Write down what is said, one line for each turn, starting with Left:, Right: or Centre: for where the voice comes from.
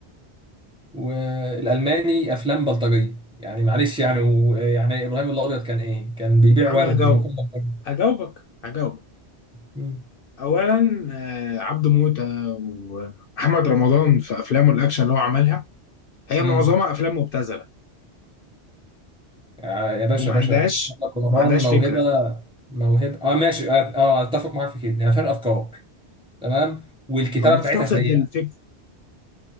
Centre: والالماني افلام بلطجيه يعني معلش يعني و... يعني ابراهيم الابيض كان ايه كان بيبيع
Left: انا
Centre: ورد
Left: هجاوبك
Centre: ما هو كان بلطجي.
Left: هجاوبك هجاوبك
Centre: مم.
Left: اولا آه، عبده موته ومحمد رمضان في افلامه الاكشن اللي هو عملها هي
Centre: مم.
Left: معظمها افلام مبتذله
Centre: آه، يا باشا
Left: وما
Centre: يا
Left: عندهاش
Centre: باشا محمد رمضان
Left: ما عندهاش
Centre: موهبه
Left: فكره
Centre: موهبه اه ماشي اه آه، اتفق معاك في كده هي فرق افكار تمام والكتابه
Left: هو مفتقد
Centre: بتاعتها سيئه
Left: للفكر